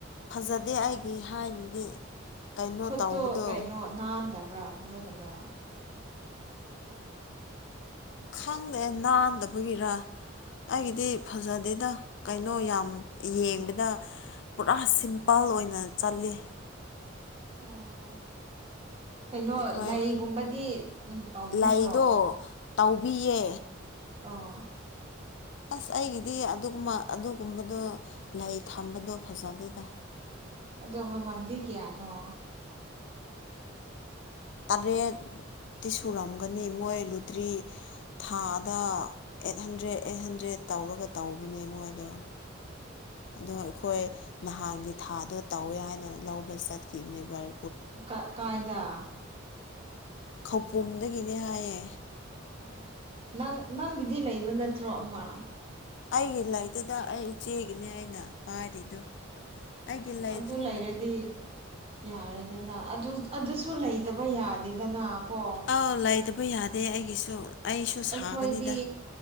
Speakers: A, on the left; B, on the right.
A: ꯐꯖꯗꯦ ꯑꯩꯒꯤ ꯍꯥꯏꯅꯗꯤ꯫ ꯀꯩꯅꯣ
B: ꯈꯨꯠꯇꯣ
A: ꯇꯧꯕꯗꯣ
B: ꯀꯩꯅꯣ ꯅꯥꯟꯗꯕ꯭ꯔꯥ ꯐꯖꯗꯕ꯭ꯔꯥ꯫
A: ꯈꯪꯗꯦ ꯅꯥꯟꯗꯕꯒꯤꯔ ꯑꯩꯒꯤꯗꯤ ꯐꯖꯗꯦ꯫ ꯗ ꯀꯩꯅꯣ ꯌꯥꯝ ꯌꯦꯡꯕꯗ ꯄꯨꯔꯥ ꯁꯤꯝꯄꯜ ꯑꯣꯏꯅ ꯆꯜꯂꯤꯠꯂꯤ
B: ꯑꯣ ꯀꯩꯅꯣ
A: ꯑꯩꯈꯣꯏ
B: ꯂꯩꯒꯨꯝꯕꯗꯤ ꯎꯝ ꯇꯧꯕꯤꯗ꯭ꯔꯣ
A: ꯂꯩꯗꯣ ꯇꯧꯕꯤꯌꯦ
B: ꯑ
A: ꯑꯁ ꯑꯩꯒꯤꯗꯤ ꯑꯗꯨꯒꯨꯝꯕ ꯑꯗꯨꯒꯨꯝꯕꯗꯣ ꯂꯩ ꯊꯝꯕꯗꯣ ꯐꯖꯗꯦꯗ
B: ꯑꯗꯣ ꯃꯃꯟꯗꯤ ꯀꯌꯥꯅꯣ
A: ꯇꯔꯦ ꯇꯤ ꯁꯨꯔꯝꯒꯅꯤ ꯃꯣꯏ ꯂꯨꯇ꯭ꯔꯤ ꯊꯥꯗ ꯑꯩꯠ ꯍꯟꯗ꯭ꯔꯦꯗ ꯑꯩꯠ ꯍꯟꯗ꯭ꯔꯦꯠ ꯇꯧꯔꯒ ꯇꯧꯕꯅꯦ ꯃꯣꯏꯗꯣ ꯑꯗꯣ ꯑꯩꯈꯣꯏ ꯅꯍꯥꯟꯒꯤ ꯊꯥꯗꯣ ꯇꯧꯋꯦ ꯍꯥꯏꯅ ꯂꯧꯕ ꯆꯠꯈꯤꯕꯅꯦꯕꯔ
B: ꯀ ꯀꯥꯏꯗ
A: ꯈꯧꯄꯨꯝꯗꯒꯤꯅꯦ ꯍꯥꯏꯌꯦ
B: ꯑꯣ ꯅꯪ ꯅꯪꯒꯤꯗꯤ ꯂꯩꯕ ꯅꯠꯇ꯭ꯔꯣ ꯑꯃ
A: ꯑꯩꯒꯤ ꯂꯥꯏꯔꯤꯠꯇꯨꯗ ꯑꯩ ꯏꯆꯦꯒꯤꯅꯦ ꯑꯩꯅ ꯄꯥꯏꯔꯤꯗꯣ
B: ꯑꯣ
A: ꯑꯩꯒꯤ ꯂꯩꯇ꯭ꯔꯤ
B: ꯑꯗꯨ ꯂꯩꯔꯗꯤ ꯌꯥꯔꯦꯗꯅ ꯑꯗꯨ ꯑꯗꯨꯁꯨ ꯂꯩꯇꯕ ꯌꯥꯗꯦꯗꯅ ꯀꯣ
A: ꯑꯥꯎ ꯂꯩꯗꯕ ꯌꯥꯗꯦ ꯑꯩꯒꯤꯁꯨ ꯑꯩꯁꯨ ꯁꯥꯒꯅꯤꯗ
B: ꯑꯩꯈꯣꯏꯗꯤ